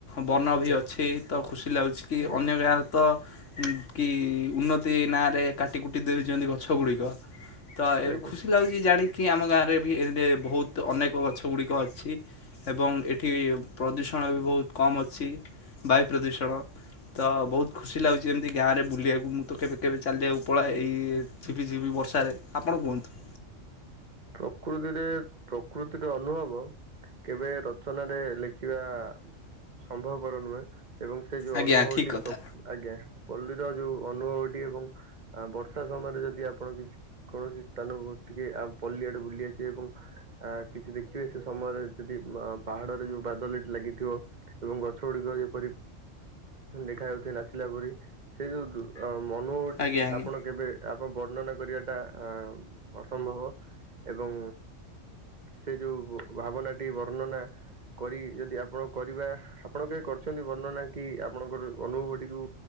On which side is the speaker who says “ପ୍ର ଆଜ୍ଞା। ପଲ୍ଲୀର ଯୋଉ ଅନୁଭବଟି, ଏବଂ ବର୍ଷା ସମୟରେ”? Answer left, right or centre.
Right